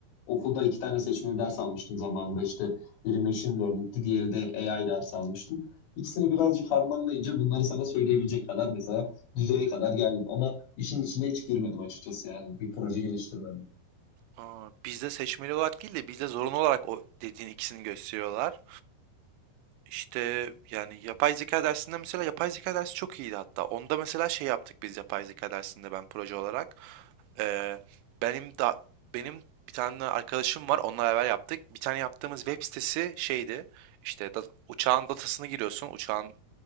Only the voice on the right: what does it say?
Aa, bizde seçmeli olarak değil de bizde zorunlu olarak o dediğin ikisini gösteriyorlar. İşte yani yapay zeka dersinde mesela yapay zeka dersi çok iyiydi hatta. Onda mesela şey yaptık biz yapay zeka dersinde ben proje olarak. Ee, benim da benim bir tane arkadaşım var. Onunla beraber yaptık. Bir tane yaptığımız web sitesi şeydi. İşte da- uçağın datasını giriyorsun. Uçağın